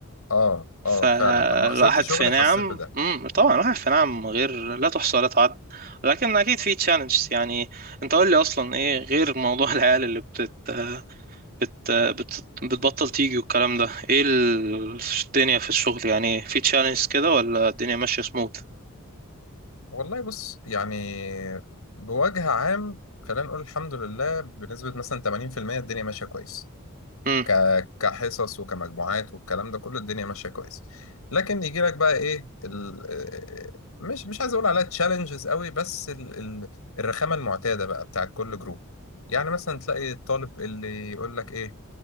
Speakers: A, on the left; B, on the right.
A: اه
B: فالواحد
A: اه فعلا لما خسرت شغلي
B: في نعم
A: حسيت بده
B: امم طبعا الواحد في نعم غير لا تحصى ولا تعد لكن اكيد في تشالنج يعني انت قول لي اصلا ايه غير موضوع <laughs> العيال اللي بتت بت... بت... بتبطل تيجي والكلام ده ايه ال- الدنيا في الشغل يعني في تشالنج كده ولا الدنيا ماشية سموث
A: والله بص يعني بوجه عام خلينا نقول الحمد لله بنسبة مثلا 80% الدنيا ماشية كويس
B: امم
A: ك... كحصص وكمجموعات والكلام ده كله الدنيا ماشية كويس لكن يجي لك بقى ايه ال... مش مش عايز اقول عليها تشالنجز قوي بس ال... ال... الرخامة المعتادة بقى بتاعت كل جروب يعني مثلا تلاقي الطالب اللي يقول لك ايه